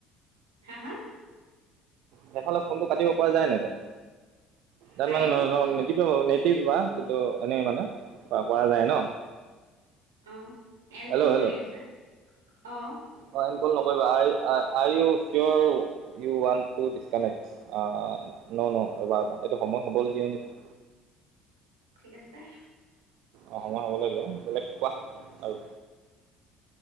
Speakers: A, on the right; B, on the right.
A: হা? হা?
B: সেইফালে ফোনটো কাটিব পৰা যায় নে নাযায়? তাৰমানে
A: পাৰিম ক
B: <unintelligible> কিন্তু নিটিপিবা, কিন্তু এনে মানে, অ পৰা যায় ন?
A: অ, এণ্ড
B: হেল্ল'
A: কল বুলি আছে। অ
B: অ এণ্ড কল নকৰিবা are you sure you want to disconnect. অ, অ ন-ন ৰবা-ৰবা এইটো সময় হ'বলে দিয়া নেকি?
A: ঠিক আছে।
B: অ সময় হ'ব লাগিব। বেলেগ কোৱা আৰু